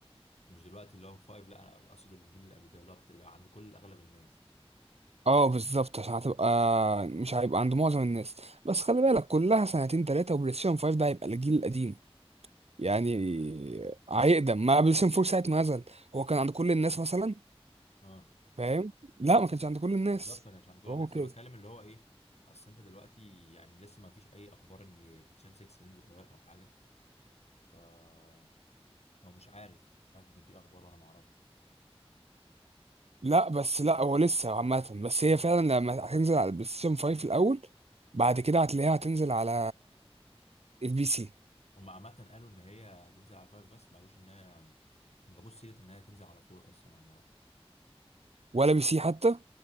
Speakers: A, on the left; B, on the right.
A: مش دلوقتي اللي هو 5 لا انا اقصد الجيل اللي قبل كده اللي هو بت- اللي عند كل اغلب الناس
B: اه بالظبط عشان هتبقى مش هيبقى عند معظم الناس بس خلي بالك كلها سنتين ثلاثه وبلاي ستيشن 5 ده هيبقى الجيل القديم يعني هيقدم ما بلاي ستيشن 4 ساعه ما نزل هو كان عند كل الناس مثلا
A: اه
B: فاهم لا
A: أمم.
B: ما كانش عند كل الناس
A: بالظبط انا مش عند كل
B: هو
A: الناس
B: كده
A: انا بتكلم اللي هو ايه اصل انت دلوقتي يعني لسه ما فيش اي اخبار ان بلاي ستيشن 6 ينزل قريب او حاجه ف هو مش عارف مش عارف يمكن في اخبار وانا ما اعرفش
B: لا بس لا هو لسه عامة بس هي فعلا لما هتنزل على البلاي ستيشن 5 الأول بعد كده هتلاقيها هتنزل على البي سي
A: هم عامه قالوا ان هي هتنزل على فايف بس ما قالوش ان هي ما جابوش سيره ان هي تنزل على فور اصلا ولا لا
B: ولا بي سي حتى